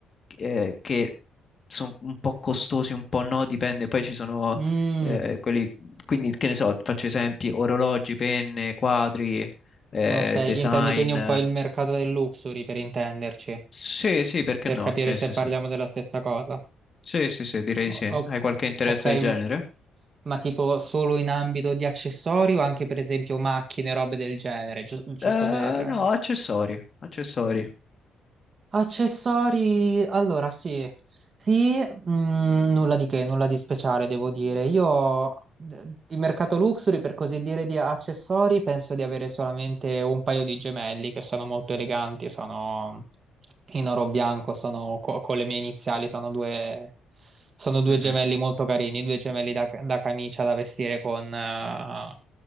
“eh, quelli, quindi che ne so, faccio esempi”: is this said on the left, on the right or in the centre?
Left